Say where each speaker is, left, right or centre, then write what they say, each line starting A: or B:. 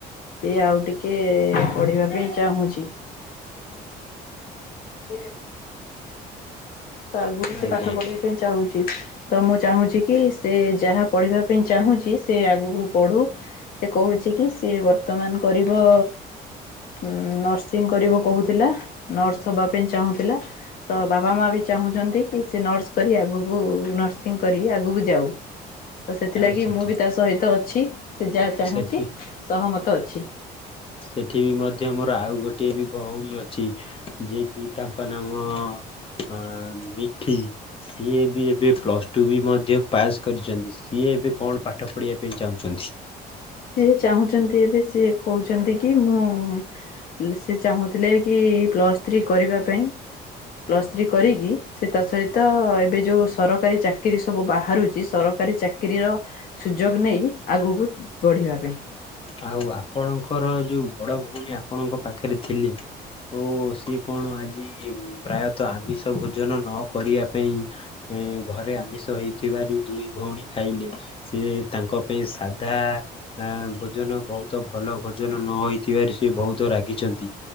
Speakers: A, on the left; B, on the left.
A: ସିଏ ଆଉ ଟିକେ ପଢିବା ପାଇଁ ଚାହୁଁଚି। ଏଇଟା
B: <inaudible>
A: ତ ଆଗକୁ
B: ଆଜ୍ଞା
A: ସେ ପାଠ ପଢ଼ିବା ପାଇଁ ଚାହୁଁଚି ତ ମୁଁ ଚାହୁଁଚି କି ସେ ଯାହା ପଢ଼ିବା ପାଇଁ ଚାହୁଁଚି ସେ ଆଗକୁ ବଢୁ ସେ କହୁଚି କି ସେ ବର୍ ର୍ତ୍ତମାନ କରିବ ହୁଁ ନର୍ସିଂ କରିବ କହୁଥିଲା। ନର୍ସ ହବା ପାଇଁ ଚାହୁଁଥିଲା। ତ ବାବା ମା ବି ଚାହୁଁଚନ୍ତି କି ସେ ନର୍ସ କରି ଆଗକୁ ନର୍ସିଂ କରି ଆଗକୁ ଯାଉ। ତ ସେଥିଲାଗି
B: ଆଉ ସେଠି
A: ମୁଁ ବି ତା ସହିତ ଅଛି। ସେ ଯାହା ଚାହୁଁଚି
B: ସେଠି
A: ସହମତ ଅଛି।
B: ସେଠି ବି ମଧ୍ୟ ମୋର ଆଉ ଗୋଟିଏ ବି ଭଉଣୀ ଅଛି। ଯିଏ କିି ତାଙ୍କ ନାମ ଅ ମିଠି। ସିଏ ବି ଏବେ ପ୍ଲସ ଟୁ ବି ମଧ୍ୟ ପାସ୍ କରିଚନ୍ତି ସିଏ ଏବେ କଣ ପାଠ ପଢିବା ପାଇଁ ଚାହୁଁଚନ୍ତି।
A: ସିଏ ଚାହୁଁଚନ୍ତି ଏବେ ସିଏ କହୁଚନ୍ତି କି ମୁଁ ଉଁ ସେ ଚାହୁଁଥିଲେ କି ପ୍ଲସ୍ ଥ୍ରୀ କରିବା ପାଇଁ ପ୍ଲସ୍ ଥ୍ରୀ କରିକି ସେ ତା ସହିତ ଏବେ ଯୋଉ ସରକାରୀ ଚାକିରି ସବୁ ବାହାରୁଚି ସରକାରୀ ଚା କିରୀର ସୁଯୋଗ ନେଇ ଆଗକୁ ବଢିବା ପାଇଁ।
B: ଆଉ ଆପଣଙ୍କର ଯୋଉ ବଡ ଭଉଣୀ ଆପଣଙ୍କ ପାଖରେ ଥିଲେ। ଓ ସିଏ କଣ ଆଜି ପ୍ରାୟତଃ ଆମିଷ ଭୋଜନ ନ କରିବା ପାଇଁ ଏ ଘରେ ଆମିଷ ହେଇଥିବାରୁ ଦୁଇ ଭଉଣୀ ଖାଇଲେ। ସିଏ ତାଙ୍କ ପାଇଁ ସାଧା ଆ ବ ଭୋଜନ ବହୁତ ଭଲ ଭୋଜନ ନ ହେଇଥିବାର ସେ ବହୁତ ରାଗିଚନ୍ତି।